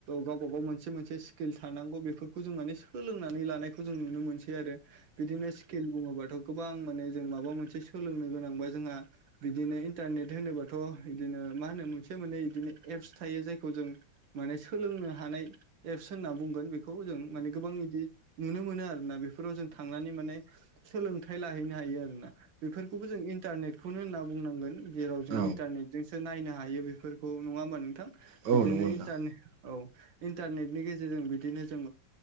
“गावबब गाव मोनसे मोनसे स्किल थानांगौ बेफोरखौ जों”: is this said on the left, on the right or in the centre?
Right